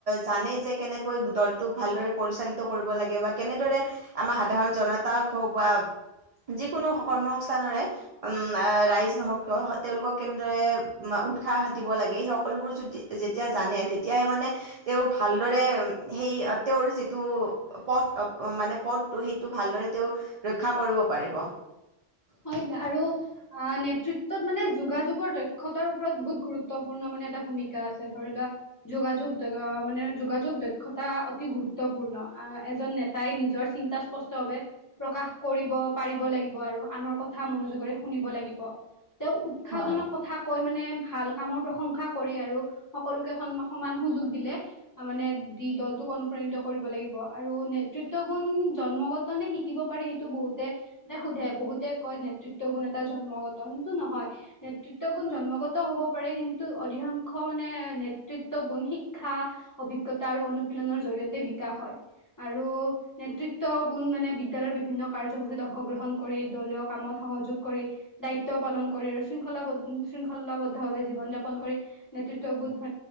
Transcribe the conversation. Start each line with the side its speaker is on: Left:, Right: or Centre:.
Right: জানে যে কেনেকৈ দলটোক ভালদৰে পৰিচালিত কৰিব লাগে বা কেনেদৰে আমাৰ সাধাৰণ জনতাক হওক বা যিকোনো কৰ্ম সংস্থানৰে উম ৰাইজ নহওক কিয় তেওঁলোকক কেনেদৰে মা উৎসাহ দিব লাগে সেই সকলোবোৰ যদি যেতিয়া জানে তেতিয়াহে মানে তেওঁ ভালদৰে সেই তেওঁৰ যিটো পথ মানে পথটো সেইটো ভালদৰে তেওঁ ৰক্ষা কৰিব পাৰিব।
Left: হয় দিয়া আৰু অ নেতৃত্বত মানে যোগাযোগৰ দক্ষতাৰ ওপৰত বহুত গুৰুত্বপূৰ্ণ মানে এটা ভূমিকা আছে ধৰি লোৱা। যোগাযোগ মানে যোগাযোগ দক্ষতা অতি গুৰুত্বপূৰ্ণ আ এজন নেতা তাই নিজৰ চিন্তা স্পষ্ট ভাৱে প্ৰকাশ কৰিব। পাৰিব লাগিব আৰু আনৰ কথা মনোযোগৰে শুনিব লাগিব তেওঁ উৎসাহজনক
Right: হয়
Left: কথা কৈ মানে ভাল কামৰ প্ৰশংসা কৰি আৰু সকলোকে সম সমান সুযোগ দিলে মানে দি দলটোক অনুপ্ৰাণিত কৰিব লাগিব আৰু নে নেতৃত্ব গুণ জন্মগত নে শিকিব পাৰি সেইটো বহুতে মানে সোধে বহুতে কয় নেতৃত্ব গুণ এটা জন্মগত কিন্তু নহয় নেতৃত্ব গুণ জন্মগত হ'ব পাৰে কিন্তু অধিকাংশ মানে নেতৃত্ব গুণ শিক্ষা অভিজ্ঞতা আৰু অনুশীলনৰ জৰিয়তে বিকাশ হয়। আৰু নেতৃত্ব গুণ মানে বিদ্যালয়ৰ বিভিন্ন কাৰ্যসূচীত অংশগ্ৰহণ কৰি দলীয় কামত সহযোগ কৰি দায়িত্ব পালন কৰি আৰু শৃংখল শৃংখলাবদ্ধ ভাৱে জীৱন যাপন কৰি নেতৃত্ব বোধ